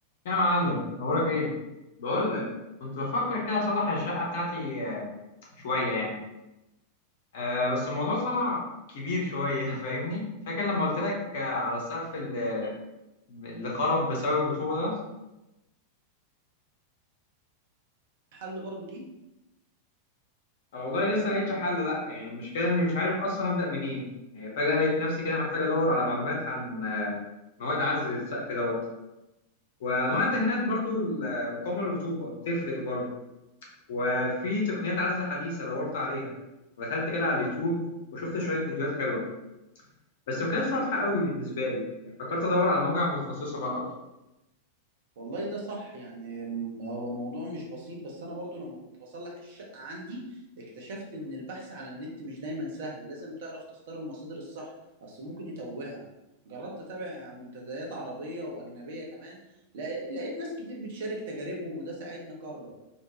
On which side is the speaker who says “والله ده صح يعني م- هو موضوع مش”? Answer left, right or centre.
Right